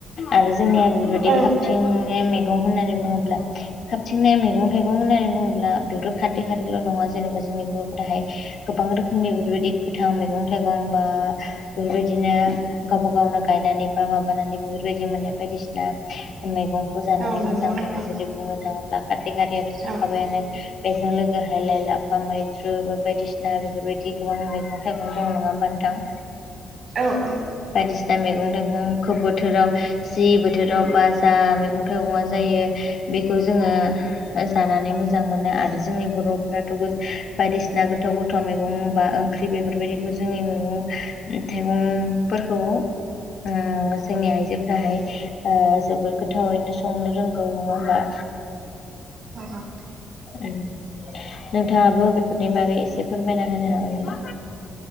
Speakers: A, on the left (about 60°); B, on the right (about 55°).
A: आरो जोंनिया नुदि
B: औ
A: खाबथिंनाय मैगं होननानै बुङोब्ला खाबथिंनाय मैगं थाइगं होननानै बुङोब्ला बेथ' खारदै खारैल' नङा जेनेबा जोंनि बर'फोराहाय गोबां रोखोमनि बेफोरबायदि गोथां मैगं थाइगं बा बेफोरबायदिनो गावबा गावनो गायनानै बा माबानानै बेफोरबायदि मोननाय बायदिसिना मैगंखौ जानानै
B: औ नंगौ
A: मोजां
B: नोंथां
A: मोनो। जेरै बुंनो थाङोब्ला खारदै खारैयाथ'
B: औ
A: थाखाबायानो बेजों लोगोहाय लाइ लाफा मैद्रुबो बायदिसिना बेफोरबायदि गोबां मैगं थाइगं दं, नङा होमबा नोंथां?
B: औ औ।
A: बायदिसिना मेगं थाइगंखौ बोथोराव जि बोथोराव बा जा मैगं थाइगंआ जायो बेखौ जोङो ओ जानानै मोजां मोनो आरो जोंनि बर'फ्राथ' गो बायदिसिना गोथाव गोथ थाव मेगं बा ओंख्रि बेफोरबायदिखौ जोंनि मैगं उम थाइगंफोरखौ ओ जोंनि आयजोफोराहाय आ जोबोर गोथावैनो संनो रोंगौ नङा होमबा?
B: औ अ'
A: उम नोंथाङाबो बेफोरनि बागै एसे फोरमायना होनो हागोन नामा?